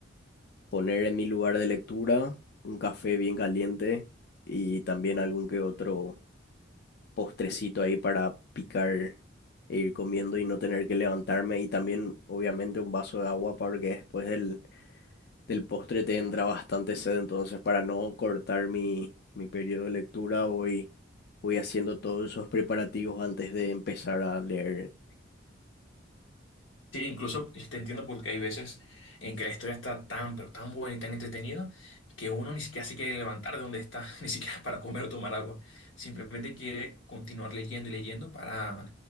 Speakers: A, on the left; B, on the left.
A: poner en mi lugar de lectura un café bien caliente y también algún que otro postrecito ahí para picar e ir comiendo y no tener que levantarme y también obviamente un vaso de agua porque después del del postre te entra bastante sed, entonces para no cortar mi, mi periodo de lectura voy, voy haciendo todos esos preparativos antes de empezar a leer.
B: Sí, incluso te entiendo porque hay veces en que la historia está tan, pero tan buena y tan entretenida que uno ni siquiera se quiere levantar de donde está, <laughs> ni siquiera para comer o tomar agua. Simplemente quiere continuar leyendo y leyendo para